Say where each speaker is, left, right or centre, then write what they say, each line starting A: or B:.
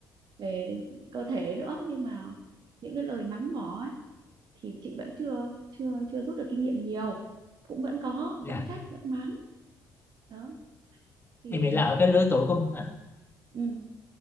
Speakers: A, on the right; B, on the left.
A: về cơ thể nữa nhưng mà những cái lời mắng mỏ ấy, thì chị vẫn chưa chưa chưa rút được kinh nghiệm nhiều cũng vẫn có
B: Dạ.
A: vẫn trách vẫn mắng đó thì
B: em nghĩ là ở cái lứa tuổi của à,
A: ừ,